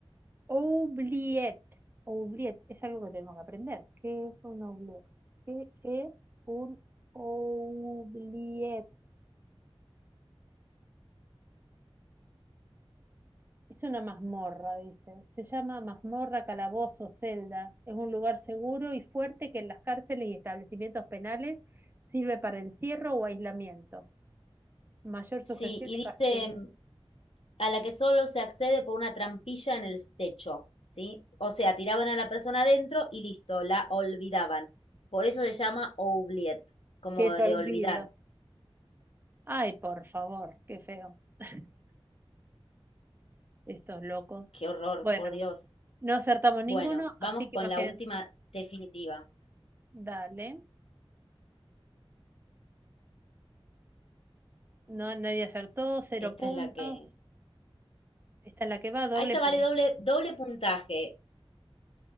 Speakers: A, on the right; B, on the left.
A: oubliette? Oubliette es algo que tenemos que aprender. ¿Qué es un oubliette? ¿Qué es un oubliette? Es una mazmorra, dice. Se llama mazmorra, calabozo, celda. Es un lugar seguro y fuerte que en las cárceles y establecimientos penales sirve para encierro o aislamiento. Mayor sujeción
B: Sí, y
A: y
B: dice
A: castigo.
B: a la que solo se accede por una trampilla en el techo, ¿sí? O sea, tiraban a la persona adentro y listo, la olvidaban. Por eso se llama oubliette, como
A: ¿Qué es
B: de
A: olvido.
B: olvidar.
A: Ay, por favor, qué feo. <laughs> Estos locos.
B: Qué horror,
A: Bueno,
B: por Dios.
A: no acertamos ninguno,
B: Bueno, vamos
A: así que
B: con
A: imagínate.
B: la última definitiva.
A: Dale. No, nadie acertó, cero
B: Esta
A: puntos.
B: es la que
A: Esta es la que va, doble
B: A esta
A: punto.
B: vale doble, doble puntaje.